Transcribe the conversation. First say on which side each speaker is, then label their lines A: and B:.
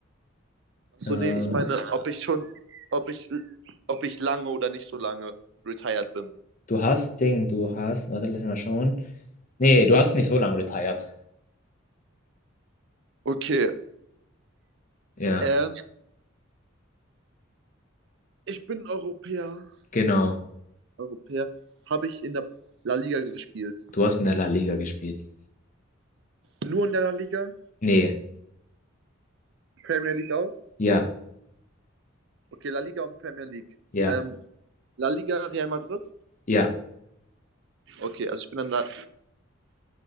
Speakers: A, on the right (about 60°); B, on the left (about 40°).
A: Achso,
B: Äh,
A: nee, ich meine, ob ich schon, ob ich, ob ich lange oder nicht so lange retired bin.
B: du hast Ding, du hast. Warte, lass mich mal schauen. Nee, du hast nicht so lange retired.
A: Okay.
B: Ja,
A: Ähm, ich bin Europäer.
B: genau.
A: Europäer. Habe ich in der La Liga gespielt.
B: Du hast in der La Liga gespielt.
A: Nur in der La Liga?
B: Nee.
A: Premier League auch?
B: Ja,
A: Okay, La Liga und Premier League.
B: ja,
A: Ähm, La Liga, Real Madrid?
B: ja.
A: Okay, also ich bin ein La-